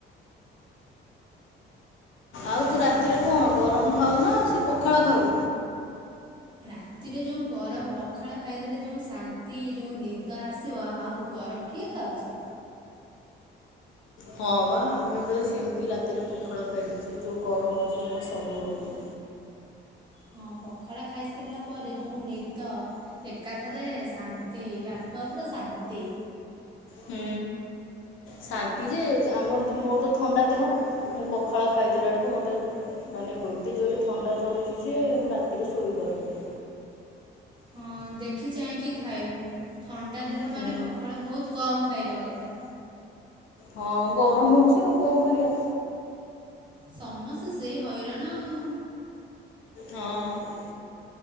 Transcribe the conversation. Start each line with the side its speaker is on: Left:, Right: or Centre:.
Left: ଆଉ ତୁ ରାତିରେ କଣ ଗରମ ଖାଉ ନା ସେ ପଖାଳ ଖାଉ।
Right: ରାତିରେ ଯେଉଁ ଗରମ ପଖାଳ ଖାଇଦେଲେ ଯେଉଁ ଶାନ୍ତି ଯେଉ ନିଦ ଆସିବ ଆଉ ଗରମ କିଏ ଖାଉଛି।
Left: ହଁ ବା ଆମେ ବି ସେମିତି ରାତିରେ ପଖାଳ ଖାଇଦେଉଛୁ ଯେଉଁ ଗରମ ହେଉଛି ସେ ସହି ହେଉନି।
Right: ହଁ ପଖାଲ ଖାଇସାରିଲା ପରେ ଯୋଉ ନିଦ ଏକାଥରେ ଶାନ୍ତି ଆତ୍ମା ଉପରେ ଶାନ୍ତି
Left: ହୁଁ ଶାନ୍ତି ଯେ ଆମର ମୋର ତ ଥଣ୍ଡା ଦେହ ମୁଁ ପଖାଳ ଖାଇଦେଲା ବେଳକୁ ମତେ ମାନେ ବହୁତ ଜୋରରେ ଥଣ୍ଡା ଧରୁଛି ଯେ ମୁଁ ରାତିରେ ଶୋଇପାରୁନି।
Right: ହଁ ଦେଖି ଚାହିଁକି ଖାଇବୁ। ଥଣ୍ଡା ଦେହ
Left: ହୁଁ
Right: ମାନେ ପଖାଳ ବହୁତ କମ୍ ଖାଇବା କଥା
Left: ହଁ ଗରମ ହଉଛି ଆଉ କଣ କରିବା।
Right: ସମସ୍ତେ ସେ ହଇରାଣ ଆଉ।
Left: ହଁ